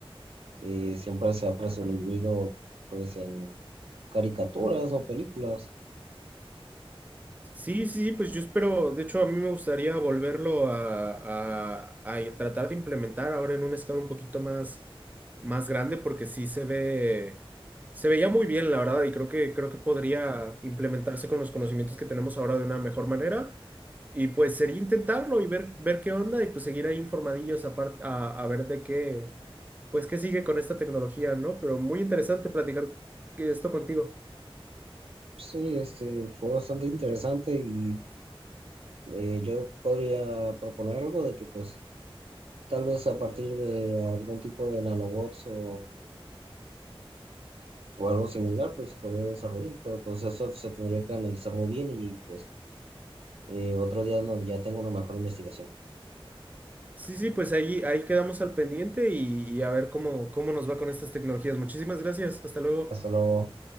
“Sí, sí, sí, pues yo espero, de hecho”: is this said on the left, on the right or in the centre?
Right